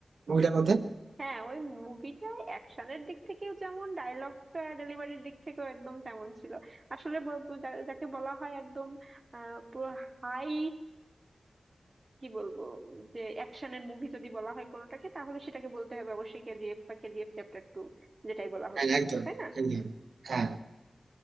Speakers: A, on the right; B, on the right.
A: মুভিটার মধ্যে
B: হ্যাঁ ওই মুভিটায় অ্যাকশনের দিক থেকেও যেমন ডায়লগ ডেলিভারির দিক থেকেও একদম তেমন ছিল আসলে ব- ব- যা- যাকে বলা হয় একদম আহ, পুরো হাই কি বলবো যে অ্যাকশনের মুভি যদি বলা হয় কোনোটাকে তাহলে সেটাকে বলতে হবে অবশ্যই কেজিএফ বা কেজিএফ চ্যাপ্টার টু যেটাই বলা
A: হ্যাঁ
B: হোক না
A: একদম
B: কেন তাই না
A: একদম হ্যাঁ